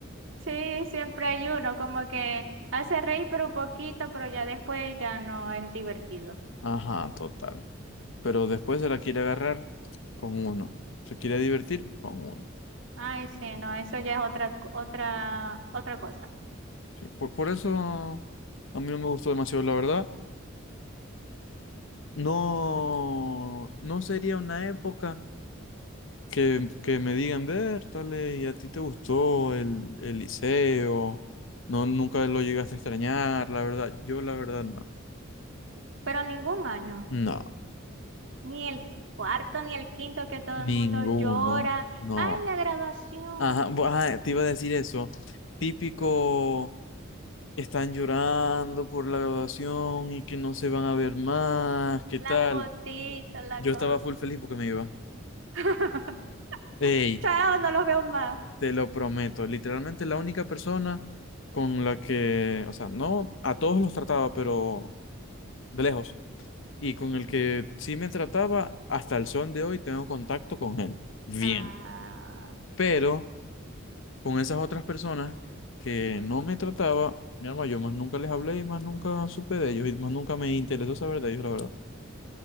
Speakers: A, on the right; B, on the left.
A: Sí, siempre hay uno, como que hace reír pero un poquito, pero ya después ya no es divertido.
B: Ajá, total. Pero después se la quiere agarrar con uno. Se quiere divertir con uno.
A: Ay, sí, no, eso ya es otra, co- otra, otra cosa.
B: Sí, por, por eso a mí no me gustó demasiado, la verdad. No, no sería una época. que, que me digan, Bertale, ¿y a ti te gustó el, el liceo? No, nunca lo llegaste a extrañar, la verdad. Yo, la verdad, no.
A: Pero ningún año,
B: No,
A: ni el cuarto ni el quinto que todo
B: ninguno,
A: el mundo llora.
B: no.
A: Ay, la graduación,
B: Ajá, bu- ajá, te iba a decir eso. Típico, están llorando por la graduación y que no se van a ver más, ¿qué
A: la
B: tal?
A: fotito, la
B: Yo
A: cosa.
B: estaba full feliz porque me iba.
A: <laughs>
B: Ey,
A: Chao, no los veo más.
B: te lo prometo, literalmente la única persona con la que, o sea, no a todos los trataba, pero de lejos, y con el que sí me trataba, hasta el son de hoy tengo contacto con él. Bien.
A: Ah.
B: Pero con esas otras personas que no me trataba, mi alma, yo más nunca les hablé y más nunca supe de ellos y más nunca me interesó saber de ellos, la verdad.